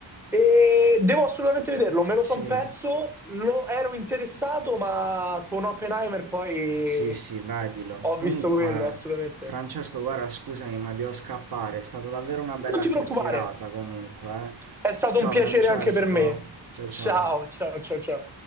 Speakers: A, in the centre; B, on the right.
A: E devo assolutamente vederlo, me lo
B: <laughs>
A: son perso,
B: sì.
A: lo ero interessato, ma con Oppenheimer poi
B: Sì, sì, vedilo.
A: <laughs> ho
B: Comunque,
A: visto quello, assolutamente.
B: Francesco, guarda, scusami, ma devo scappare. È stata davvero una bella
A: Ma non ti
B: chiacchierata,
A: preoccupare,
B: comunque. eh.
A: è stato
B: Ciao,
A: un piacere
B: Francesco.
A: anche per me.
B: Ciao, ciao.
A: Ciao, ciao, ciao, ciao.